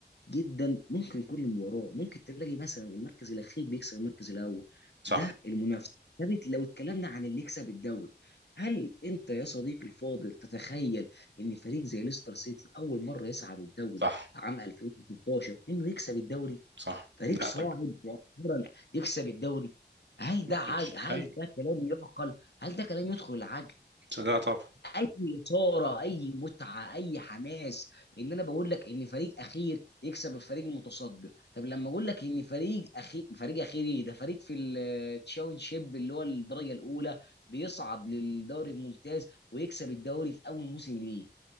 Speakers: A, on the left (about 65°); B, on the right (about 75°).
A: جدا ممكن كل مباراه ممكن تلاقي مثلا المركز الاخير بيكسب المركز الاول
B: صح
A: ده المنافسه طب لو اتكلمنا عن اللي يكسب الدوري هل انت يا صديقي الفاضل تتخيل ان فريق زي ليستر سيتي اول مره يصعد الدوري
B: صح
A: عام 2016 انه يكسب الدوري
B: صح
A: فريق
B: لا
A: صاعد
B: طب
A: مؤخرا يكسب الدوري هل
B: ما
A: ده
B: كنتش
A: عج... هل
B: ايوه
A: ده كلام يعقل هل ده كلام يدخل العقل يعني
B: لا طب
A: اي اثاره اي متعه اي حماس ان انا بقول لك ان فريق اخير يكسب الفريق المتصدر طب لما اقول لك ان فريق اخير فريق اخير ايه ده فريق في التشاونشيب اللي هو الدرجه الاولى بيصعد للدوري الممتاز ويكسب الدوري في اول موسم ليه